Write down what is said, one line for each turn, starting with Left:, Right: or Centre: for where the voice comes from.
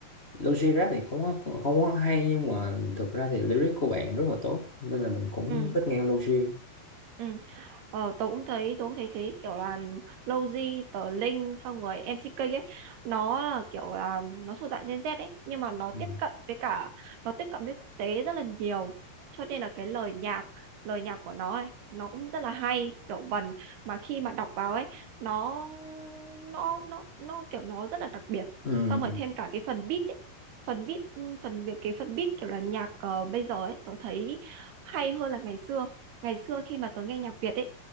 Left: Logi rap thì không có không có hay nhưng mà thực ra thì lyric của bạn rất là tốt nên là mình cũng
Right: ừ
Left: thích nghe Logi
Right: ừ Ờ, tớ cũng thấy, tớ cũng thấy thế kiểu là Lowzy, tờ Linh xong rồi MCK ấy nó là kiểu là nó thuộc dạng Gen Z ấy nhưng mà nó
Left: ừ.
Right: tiếp cận với cả nó tiếp cận với quốc tế rất là nhiều cho nên là cái lời nhạc lời nhạc của nó ấy nó cũng rất là hay kiểu vần mà khi mà đọc vào ấy nó nó nó nó kiểu nó rất là đặc biệt
Left: Ừ.
Right: xong rồi thêm cả cái phần beat ấy phần beat phần việc cái phần beat kiểu là nhạc ờ, bây giờ ấy tớ thấy hay hơn là ngày xưa ngày xưa khi mà tớ nghe nhạc Việt ấy